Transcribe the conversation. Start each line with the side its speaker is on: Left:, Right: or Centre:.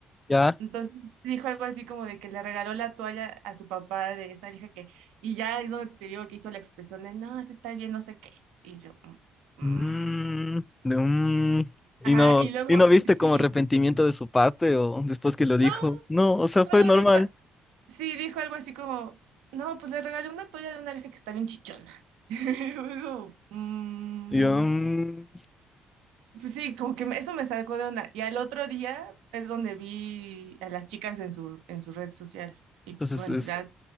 Left: ya.
Right: Entonces dijo algo así como de que le regaló la toalla a su papá de esa vieja que, y ya es donde te digo que hizo la expresión de, no, eso está bien, no sé qué. Y yo, "Mm,
Left: Mm,
Right: mm".
Left: de- mm. Y
Right: Ajá,
Left: no,
Right: y luego,
Left: y no viste
Right: sí,
Left: como arrepentimiento de su parte o después que lo
Right: no,
Left: dijo. No, o sea,
Right: solo
Left: fue normal.
Right: dijo, sí, dijo algo así como, no, pues le regalé una toalla de una vieja que está bien chichona. <laughs> Y luego, "Mm".
Left: Y yo, mm,
Right: pues sí, como que me- eso me sacó de onda. Y al otro día es donde vi a las chicas en su, en su red social. Y
Left: entonces
Right: pues bueno,
Left: es,
Right: ya.